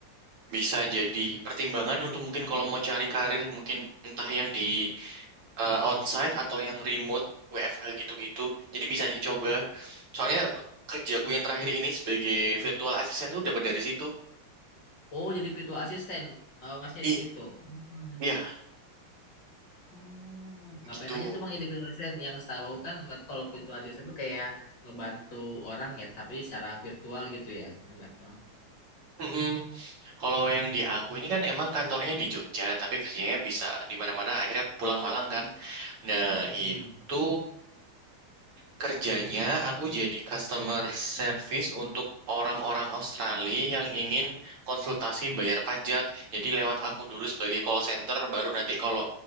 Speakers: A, on the right (about 80°); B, on the left (about 55°).
A: bisa jadi pertimbangan untuk mungkin kalau mau cari karir mungkin entah yang di eh, onsite atau yang remote WFH gitu-gitu. Jadi bisa dicoba. Soalnya kerjaku yang terakhir ini sebagai virtual assistant itu dapat dari situ.
B: Oh jadi virtual assistant, oh, masnya di
A: Ih,
B: situ. Hmm.
A: Iya,
B: Oh, ngapain
A: gitu.
B: aja tuh bang jadi virtual assistant? Yang setahu aku kan buat kalau virtual assistant tuh kayak ngebantu orang ya, tapi secara virtual gitu ya, ngebantu orang.
A: Mm-mm. Kalau yang di aku ini kan emang kantornya di Jogja, tapi kerjanya bisa di mana-mana. Akhirnya aku pulang Malang kan. Nah,
B: Hmm.
A: itu Kerjanya aku jadi customer service untuk orang-orang Australia yang ingin konsultasi bayar pajak. Jadi lewat aku dulu sebagai call center, baru nanti kalau